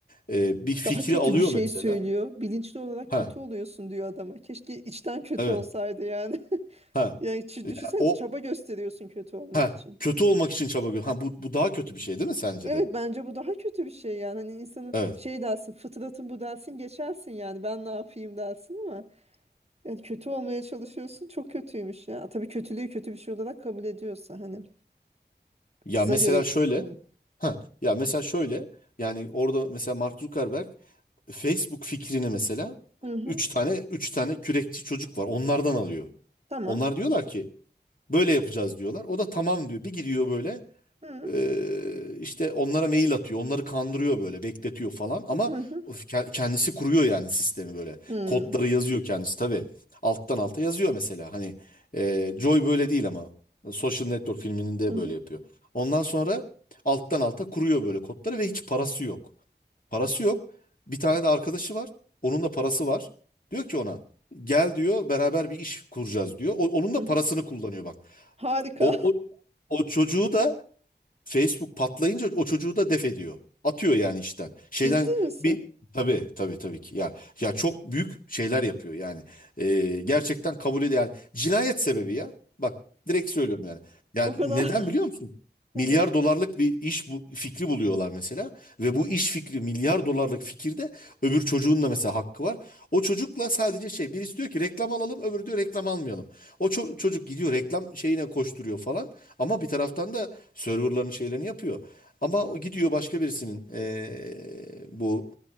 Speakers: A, on the left; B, on the right.
A: E, bir fikri
B: Daha kötü
A: alıyor
B: bir şey
A: mesela.
B: söylüyor. Bilinçli olarak
A: Ha
B: kötü oluyorsun diyor adama. Keşke içten kötü
A: evet.
B: olsaydı yani. <laughs>
A: Ha.
B: Yani çi- düşünsene
A: O
B: çaba gösteriyorsun kötü olmak
A: Ha,
B: için.
A: kötü olmak için çaba gö- Ha bu bu daha kötü bir şey değil mi sence
B: Evet
A: de?
B: bence bu daha kötü bir şey yani hani insanın
A: Evet.
B: şey dersin fıtratın bu dersin geçersin yani ben ne yapayım dersin ama yani kötü olmaya çalışıyorsun çok kötüymüş ya. Tabii kötülüğü kötü bir şey olarak kabul ediyorsa hani
A: Ya
B: kıza
A: mesela
B: göre.
A: şöyle
B: Hı
A: ha ya mesela şöyle yani orada mesela Mark Zuckerberg Facebook fikrini mesela
B: hı. hı.
A: üç tane üç tane kürekçi çocuk var. Onlardan alıyor.
B: Tamam.
A: Onlar diyorlar ki böyle yapacağız diyorlar. O da tamam diyor. Bir gidiyor böyle
B: Hı
A: Ee, işte onlara mail atıyor. Onları kandırıyor böyle, bekletiyor falan ama
B: hı hı.
A: o ke- kendisi kuruyor yani sistemi böyle.
B: Hı
A: Kodları yazıyor kendisi tabii. Alttan alta yazıyor mesela. Hani e, Joy böyle değil ama Social Network filminin de
B: hı hı.
A: böyle yapıyor. Ondan sonra alttan alta kuruyor böyle kodları ve hiç parası yok. Parası yok. Bir tane de arkadaşı var. Onun da parası var. Diyor ki ona gel diyor beraber bir iş kuracağız diyor. O- onun da
B: hı. hı.
A: parasını kullanıyor bak.
B: Harika.
A: O, o, o çocuğu da Facebook patlayınca o çocuğu da def ediyor. Atıyor yani işten. Şeyden
B: <laughs> Ciddi misin?
A: bir tabii tabii tabii ki ya ya çok büyük şeyler yapıyor yani. Ee, gerçekten kabul ediyor yani. Cinayet sebebi ya. Bak direkt söylüyorum yani. Yani
B: O kadar.
A: neden biliyor
B: <laughs>
A: musun?
B: Neden?
A: Milyar dolarlık bir iş bu, fikri buluyorlar mesela ve bu iş fikri milyar dolarlık fikirde öbür çocuğun da mesela hakkı var. O çocukla sadece şey birisi diyor ki reklam alalım öbürü diyor reklam almayalım. O ço- çocuk gidiyor reklam şeyine koşturuyor falan. Ama bir taraftan da serverların şeylerini yapıyor. Ama o gidiyor başka birisinin eee, bu